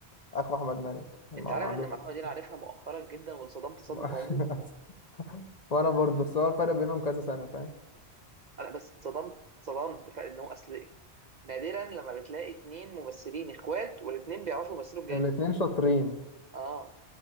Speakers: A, on the left; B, on the right.
A: اخو احمد مالك مع-
B: انت عارف
A: معلومة
B: ان المعلومة دي انا عارفها مؤخرا جدا واتصدمت صدمة
A: <laughs>
B: عمري
A: وانا برضو بس هو الفرق بينهم كذا سنة فاهم
B: انا بس اتصدمت اتصدمت فعلا ان هو اصل نادرا لما بتلاقي اتنين ممثلين اخوات والاتنين بيعرفوا يمثلوا بجد
A: الاتنين شاطرين
B: اه